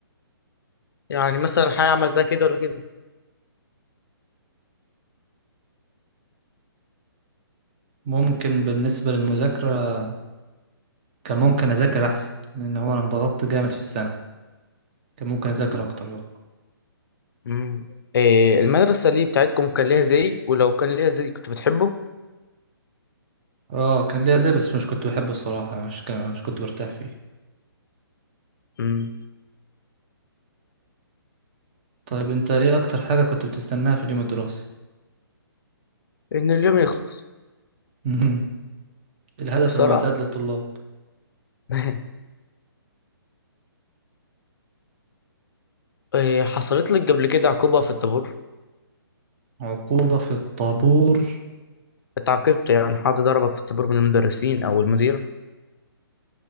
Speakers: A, on the left; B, on the right.
A: يعني مثلا حاجه عملتها كده ولا كده
B: ممكن بالنسبة للمذاكرة كان ممكن اذاكر احسن لان هو انا انضغطت جامد في الثانوي كان ممكن اذاكر اكتر اه
A: امم إيه المدرسة اللي بتاعتكم كان ليها زي ولو كان ليها زي كنت بتحبه
B: اه كان ليا زي بس مش كنت بحبه الصراحه مش كان مش كنت برتاح فيه
A: امم
B: طيب انت ايه اكتر حاجه كنت بتستناها في اليوم الدراسي
A: إن اليوم يخلص
B: مهم. <laughs> الهدف
A: بصراحة
B: المعتاد للطلاب
A: <laughs> إيه حصلت لك قبل كده عقوبة في الطابور
B: عقوبه في الطابور
A: اتعاقبت يعني حد ضربك في الطابور من المدرسين أو المدير